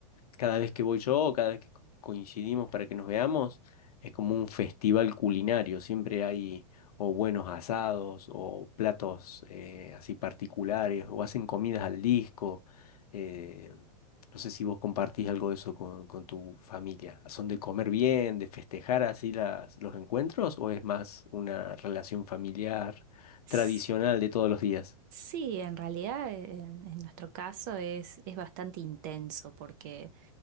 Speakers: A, on the left (about 75°); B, on the right (about 30°).
A: cada vez que voy yo o cada vez que co- coincidimos para que nos veamos, es como un festival culinario. Siempre hay o buenos asados o platos eh, así particulares o hacen comidas al disco. Eh, no sé si vos compartís algo de eso con, con tu familia. ¿Son de comer bien, de festejar así las, los encuentros o es más una relación familiar
B: S-
A: tradicional de todos los días?
B: Sí, en realidad eh, en, en nuestro caso es, es bastante intenso porque